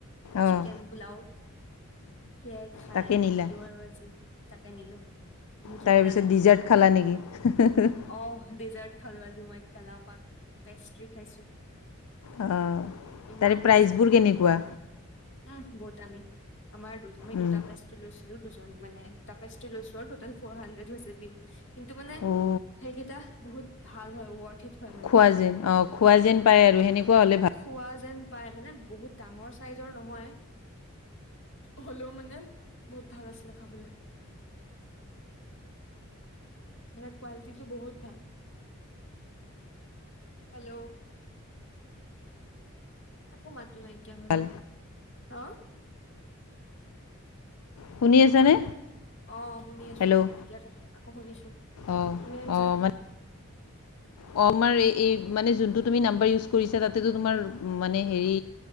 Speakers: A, on the left; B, on the left.
A: অঁ
B: চিকেন পোলাও সেয়াই খাই
A: তাকে নিলা
B: দিলো আৰু আজি তাকে নিলো তুমি কি
A: তাৰে
B: খালা
A: পিছত
B: দিনত?
A: ডিজাৰ্ট খালা নেকি? হেহেহেহ।
B: অ ডেজাৰ্ট খালো আজি মই কেলা পাক পেষ্ট্ৰি খাইছো।
A: অঁ
B: ইমান
A: তাৰে প্ৰাইচবোৰ
B: টেষ্টি খাবলৈ।
A: কেনেকুৱা
B: আহ বৰত আমি আমাৰ দুচ আমি
A: অঁ
B: দুটা ফেষ্টভ লৈছিলো দুজন মানে দুটা ফেষ্ট লৈছো আৰু টোটেল ফৰ হানড্ৰেড হৈছে বিল কিন্তু মানে
A: অঁ
B: সেইকেইটা বহুত ভাল হয় ৱৰ্থ ইট হয় মানে
A: খোৱা যেন অ খোৱা যেন পায় আৰু সেনেকুৱা হ'লে ভা
B: খোৱা যেন পায় মানে বহুত ডাঙৰ চাইজৰ নহয় হ'লেও মানে বহুত ভাল আছিলে খাবলে। মানে কোৱালিটিটো বহুত ভাল, হেল্ল'? আকৌ মাতো নাইকিয়া
A: ভাল
B: হৈ গ'ল হা!
A: শুনি
B: আকৌ
A: আছানে
B: মাত, অ শুনি আছো
A: হেল্ল'
B: এতিয়া আকৌ শুনিছো
A: অঁ
B: তুমি শুনিছা?
A: অঁ অ আমাৰ এ এই মানে যোনটো তুমি নাম্বাৰ ইউজ কৰিছা তাতেতো তোমাৰ মানে হেৰি